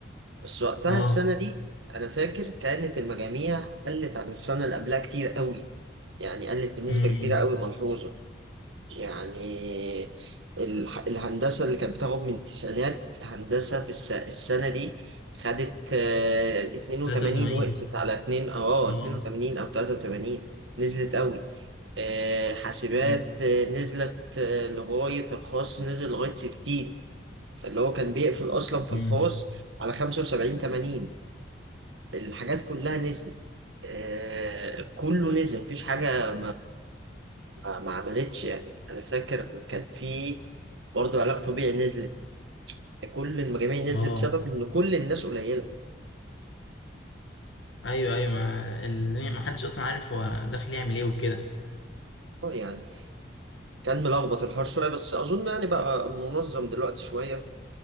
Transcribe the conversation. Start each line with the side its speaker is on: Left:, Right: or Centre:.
Right: بس وقتها
Left: اه
Right: السنة دي أنا فاكر كانت المجاميع قلت عن السنة اللي قبلها كتير قوي يعني قلت بنسبة
Left: امم
Right: كبيرة قوي ملحوظة يعني الح- الهندسة اللي كانت بتاخد من التسعينات هندسة في الس- السنة دي خدت آه، 82
Left: 83
Right: وقفت على 2 أو اه
Left: اه
Right: 82 أو 83 نزلت قوي آه، حاسبات
Left: امم
Right: آه، نزلت آه، لغاية الخاص نزل لغاية 60 فاللي هو كان بيقفل أصلا في الخاص
Left: أمم.
Right: على 75 80 الحاجات كلها نزلت آه، كله نزل مفيش حاجة ما ما عملتش يعني انا فاكر كان في برضه علاج طبيعي نزلت كل المجاميع نزلت
Left: اه
Right: بسبب ان كل الناس قليله
Left: ايوه ايوه ما اللي ما حدش اصلا عارف هو داخل يعمل ايه وكده
Right: آه، يعني كان ملخبط الحوار شويه بس اظن يعني بقى منظم دلوقتي شويه